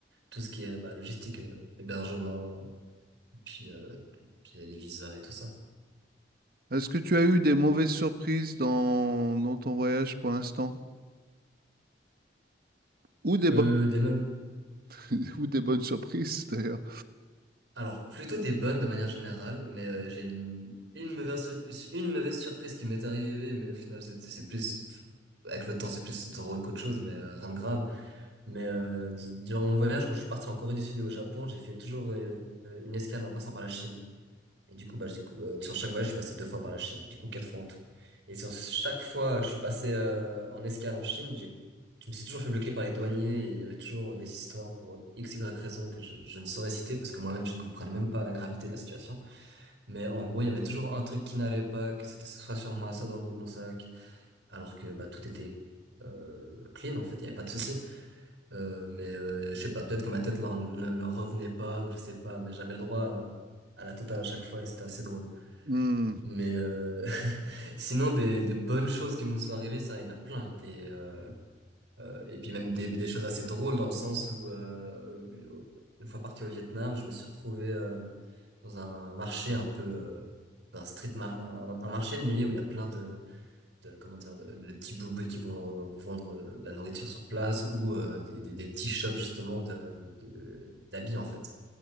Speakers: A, on the right; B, on the right.
A: tout ce qui est bah, logistique, euh, hébergement euh, et puis, euh, puis euh, les visas et tout ça.
B: Est-ce que tu as eu des mauvaises surprises dans, dans ton voyage pour l'instant? Ou des bonnes
A: Euh, des meufs.
B: <laughs> Ou des bonnes surprises, d'ailleurs.
A: Alors plutôt des bonnes de manière générale, mais euh, j'ai une une mauvaise sur- une mauvaise surprise qui m'est arrivée, mais au final c'est c'est plus avec le temps c'est plus drôle qu'autre chose, mais euh, rien de grave. Mais euh, du- durant mon voyage, quand je suis parti en Corée du Sud et au Japon, j'ai fait toujours euh, une escale en passant par la Chine. Et du coup, bah, du coup, euh, sur chaque voyage, je suis passé deux fois par la Chine, du coup quatre fois en tout. Et sur chaque fois que je suis passé euh, en escale en Chine, j'ai, je me suis toujours fait bloquer par les douaniers et il y avait toujours des histoires pour x, y raison que je, je ne saurais citer parce que moi-même, je ne comprenais même pas la gravité de la situation. Mais en gros, il y avait toujours un truc qui n'allait pas, que c'était soit sur moi, soit dans mon sac, alors que bah, tout était euh, clean en fait, il n'y avait pas de souci. Euh, mais euh, je sais pas, peut-être que ma tête leur- ne leur revenait pas ou je sais pas, mais j'avais le droit euh, à la totale à chaque fois et c'était assez drôle.
B: Hmm.
A: Mais euh, <laughs> sinon des, des bonnes choses qui nous sont arrivées, ça il y en a plein et euh, euh, et puis même des des choses assez drôles dans le sens où euh, euh, une fois parti au Vietnam, je me suis retrouvé euh, dans un marché un peu euh, un street mar un, un marché de nuit où il y a plein de de- comment dire, de, de petits boubouis qui vont euh, vous vendre euh, de la nourriture sur place ou euh, des, des, des petits shops justement de, de- d'habits en fait.